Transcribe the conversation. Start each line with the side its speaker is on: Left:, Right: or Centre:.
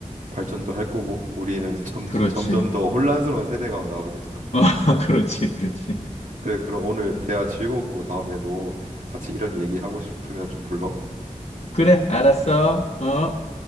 Right: 발전도 할 거고 우리는 <laughs> 점점
Left: 그렇지.
Right: 점점 더 혼란스러운 세대가 나오겠다.
Left: <laughs> 그렇지, 그렇지.
Right: 음. 그래, 그럼 오늘 대화 즐거웠고 다음에도 같이 이런 얘기 하고 싶으면 좀 불러.
Left: 그래, 알았어. 어?